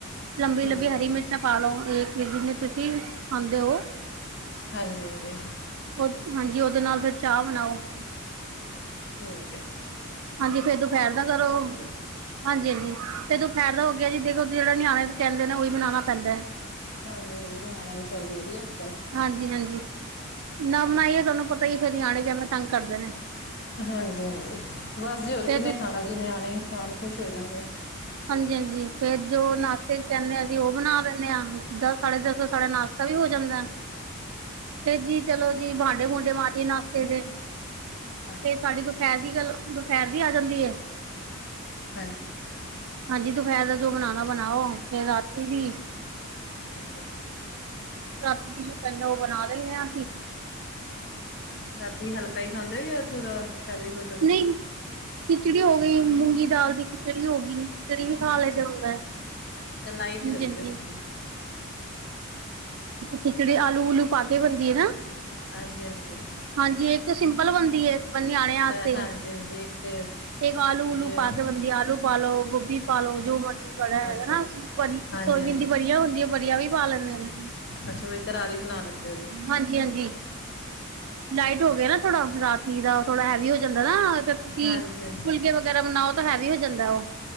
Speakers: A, on the right; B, on the left.
A: ਲੰਬੀ-ਲੰਬੀ
B: ਠੀਕ
A: ਹਰੀ
B: ਹੈ ਜੀ
A: ਮਿਰਚ ਪਾਲੋ, ਏ ਜਿੰਨੇ ਤੁਸੀਂ ਖਾਂਦੇ ਓ।
B: ਹਾਂਜੀ-ਹਾਂਜੀ।
A: ਓ, ਹਾਂਜੀ ਓਦੇ ਨਾਲ ਫੇਰ ਚਾ ਬਣਾਓ।
B: ਠੀਕ ਐ।
A: ਹਾਂਜੀ, ਫੇਰ ਦੁਪੈਰ ਦਾ ਕਰੋ।
B: ਜੀ
A: ਹਾਂਜੀ-ਹਾਂਜੀ, ਤੇ ਦੁਪਹਿਰ ਦਾ
B: ਅੱਛਾ
A: ਹੋਗਿਆ ਜੀ ਦੇਖੋ ਜੇੜਾ ਨਿਆਣੇ ਕੈਂਦੇ ਨੇ, ਓਈ ਬਣਾਣਾ ਪੈਂਦਾ ਏ।
B: ਹਾਂਜੀ-ਹਾਂਜੀ, ਨਿਆਣਿਆਂ ਦੀ ਚੱਲਦੀ ਏ ਬ‌ਈ ਅੱਜ-ਕੱਲ।
A: ਹਾਂਜੀ -ਹਾਂਜੀ। ਨਾ ਬਣਾਈਏ ਤੁਆਨੂੰ ਪਤਾ ਈ ਏ ਫੇਰ ਨਿਆਣੇ ਕੈਵੇਂ ਤੰਗ ਕਰਦੇ ਨੇ।
B: ਹਾਂਜੀ -ਹਾਂਜੀ। ਬਸ ਜੀ ਹੋਰ
A: ਫਿਰ
B: ਕਿੰਨੇ
A: ਦੁ
B: ਖਾਣਾ ਜੀ ਨਿਆਣੇ ਈ ਖਾਣ ਖੁਸ਼ ਹੋ ਜਾਣ ਬਸ।
A: ਹਾਂਜੀ- ਹਾਂਜੀ ਫੇਰ ਜੋ ਨਾਸ਼ਤੇ ਚ ਕੈਣੇ ਆਂ ਅਸੀਂ ਓ ਬਣਾ ਲੈਨੇ ਆਂ। ਦਸ ਸਾਢੇ ਦਸ ਸਾਡੇ ਨਾਸ਼ ਤਾ ਵੀ ਹੋ ਜਾਂਦੈ। ਤੇ ਜੀ ਚਲੋ ਜੀ, ਭਾਂਡੇ- ਭੂੰਡੇ ਮਾਜੀਏ ਨਾਸ਼ਤੇ ਦੇ।
B: ਹਾਂਜੀ
A: ਤੇ ਸਾਡੀ ਦੂ- ਦੁਪਹਿਰ ਦੀ ਗੱਲ ਦੁਪਹਿਰ ਦੀ ਆ ਜਾਂਦੀ ਏ।
B: ਹਾਂਜੀ
A: ਹਾਂਜੀ ਦੁਪਹਿਰ ਦਾ ਜੋ ਬਣਾਣਾ ਬਣਾਓ ਫਿਰ ਰਾਤੀ ਵੀ
B: ਅੱਛਾ ਜੀ
A: ਰਾਤੀ ਕੀ ਜੋ ਕਹਿੰਦਾ ਉਹ ਬਣਾ ਦਿੰਦੇ ਆਂ।
B: ਰਾਤੀ ਹਲਕਾ ਹੀ ਖਾਂਦੇ ਹੋ ਯਾ ਥੋੜਾ ਹੈਵੀ ਕੋਈ।
A: ਨਹੀਂ ਖਿਚੜੀ ਹੋ ਗਈ ਮੂੰਗੀ ਦਾਲ ਦੀ ਖਿਚੜੀ ਹੋ ਗਈ। ਖਿਚੜੀ ਵੀ ਖਾ
B: ਅੱਛਾ
A: ਲਈ ਦਾ
B: ਜੀ
A: ਹੁੰਦੈ, ਹਾਂਜੀ
B: ਅੱਛਾ ਲਾਈਟ ਹੀ ਰੱਖਦੇ
A: ਹਾਂਜੀ।
B: ਹੋ ਤੁਸੀਂ
A: ਖਿਚੜੀ ਆਲੂ ਉਲੂ ਪਾ ਕੇ ਬਣਦੀ ਏ ਨਾ।
B: ਹਾਂਜੀ ਹਾਂਜੀ
A: ਹਾਂਜੀ ਇੱਕ ਤੇ ਸਿੰਪਲ ਬਣਦੀ ਏ ਨਿਆਣਿਆਂ
B: ਅੱਛਾ
A: ਆਸਤੇ।
B: ਹਾਂਜੀ ਹਾਂਜੀ ਇੱਕ ਤੇ
A: ਇਹ ਆਲੂ ਉਲੂ
B: ਜੇ
A: ਪਾ ਕੇ ਬਣਦੀ ਆਲੂ ਪਾ ਲੋ ਗੋਭੀ ਪਾ ਲੋ ਜੋ ਮਰਜ਼ੀ ਤੁਹਡਾ ਹੈਗਾ
B: ਅੱਛਾ
A: ਨਾ
B: ਜੀ
A: ਪਾਜੀ
B: ਹਾਂਜੀ
A: ਸੋਇਆਬੀਨ
B: ਹਾਂਜੀ
A: ਵੜੀਆਂ ਹੁੰਦੀਆਂ ਵੜੀਆਂ ਵੀ ਪਾ ਲੈਂਦੇ ਨੇ
B: ਅੱਛਾ ਵੀ ਕਰਾਰੀ ਬਣਾ ਲੈਂਦੇ ਹੋ ਜੀ,
A: ਹਾਂਜੀ ਹਾਂਜੀ
B: ਅੱਛਾ ਜੀ।
A: ਲਾਈਟ ਹੋ ਗਿਆ ਨਾ ਥੋੜਾ ਰਾਤੀ ਦਾ, ਥੋੜਾ ਹੈਵੀ ਹੋ ਜਾਂਦਾ ਨਾ ਅਗਰ ਤੁਸੀਂ
B: ਹਾਂਜੀ
A: ਫੁਲਕੇ
B: ਹਾਂਜੀ
A: ਵਗੈਰਾ ਬਣਾਓ ਤਾਂ ਹੈਵੀ ਹੋ ਜਾਂਦੈ ਉਹ